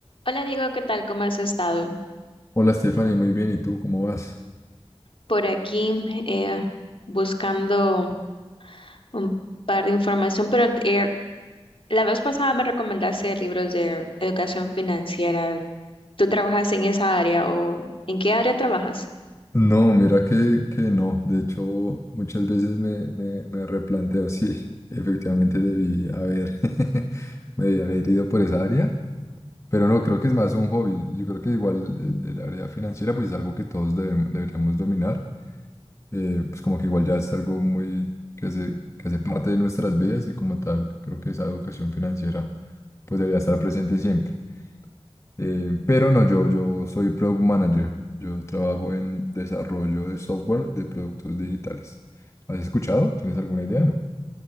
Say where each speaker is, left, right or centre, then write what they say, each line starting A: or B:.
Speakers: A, on the left (about 55°); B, on the left (about 30°).
A: Hola Diego, ¿qué tal? ¿Cómo has estado?
B: Hola Stephanie, muy bien, ¿y tú cómo vas?
A: Por aquí eh, buscando un par de información, pero eh, la vez pasada me recomendaste libros de educación financiera. ¿Tú trabajas en esa área o en qué área trabajas?
B: No, mira que, que no, de hecho muchas veces me, me, me replanteo <laughs> si efectivamente debí haber, <laughs> me haber ido por esa área, pero no, creo que es más un hobby, yo creo que igual el, el área financiera pues es algo que todos debem- deberíamos dominar, eh, pues como que igual ya es algo muy que hace, que hace parte de nuestras vidas y como tal creo que esa educación financiera pues debería estar presente siempre. Eh, pero no, yo, yo soy Product Manager. Yo trabajo en desarrollo de software de productos digitales. ¿Has escuchado? ¿Tienes alguna idea? No.